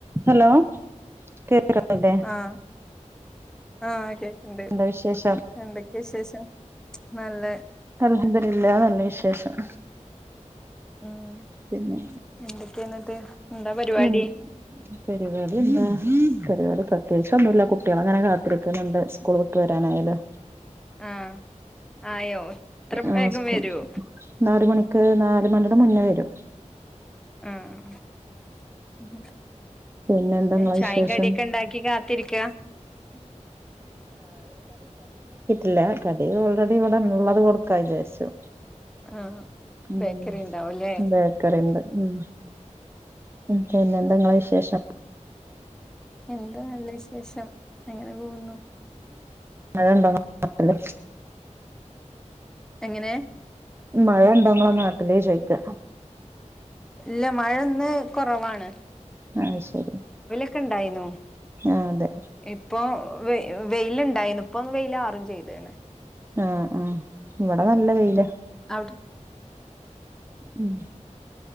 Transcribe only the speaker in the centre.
ആഹ് ആഹ് കേക്ക്ണ്ട്
എന്തൊക്കെ വിശേഷം? നല്ല
ഉം
എന്തൊക്കെയാ എന്നിട്ട് എന്താ പരിപാടി
ആഹ് ആയോ ഇത്ര
വേഗം
വരുവോ
ഉം
ചായും
കടിയൊക്കെ ഇണ്ടാക്കി കാത്തിരിക്ക
ആഹ്
ബേക്കറി ഉണ്ടാവുംല്ലേ
എന്താ നല്ല വിശേഷം അങ്ങനെ പോകുന്നു
എങ്ങനേ
ഇല്ല മഴ ഇന്ന് കൊറവാണ്
ഒക്കെ ഉണ്ടായ്നു
ഇപ്പൊ വെ വെയിലുണ്ടായിനു ഇപ്പം വെയിലാറും ചെയ്താണ്
ആഹ്